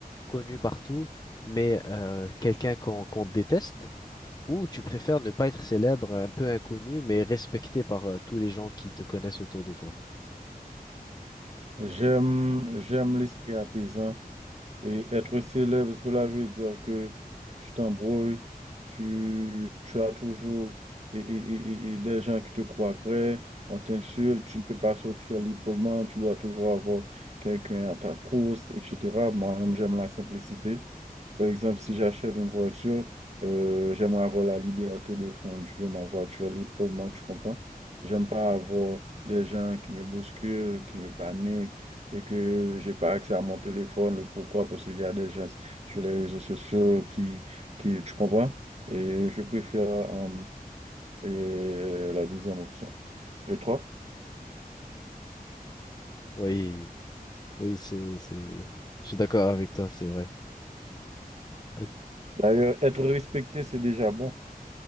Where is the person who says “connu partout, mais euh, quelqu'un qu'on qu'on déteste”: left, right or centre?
Left